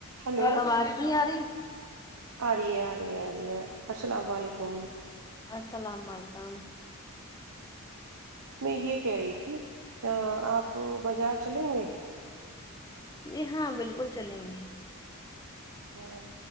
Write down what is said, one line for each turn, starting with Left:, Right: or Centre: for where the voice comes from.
Right: ہلو
Left: آواز کی آ رہی
Right: ہ رہ ہ رہے ا رہ السلام و علیکم
Left: السلام علیکم
Right: میں یہ کہہ رہی تھی آپ بازار چلیں گے
Left: جی ہاں بالکل چلیں گے
Right: ہاں